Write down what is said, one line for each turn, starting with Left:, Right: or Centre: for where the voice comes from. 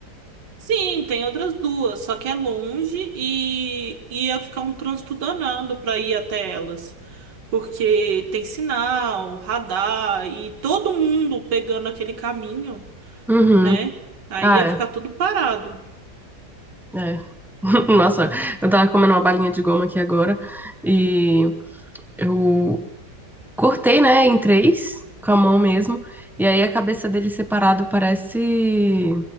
Right: sim, tem outras duas, só que é longe e ia ficar um trânsito danado pra ir até elas. Porque tem sinal, radar e todo mundo pegando aquele caminho,
Centre: Uhum.
Right: né? Aí
Centre: Ah,
Right: ia ficar
Centre: é.
Right: tudo parado.
Centre: É. <laughs> Nossa, eu tava comendo uma balinha de goma aqui agora e eu cortei, né, em três, com a mão mesmo, e aí a cabeça dele separado parece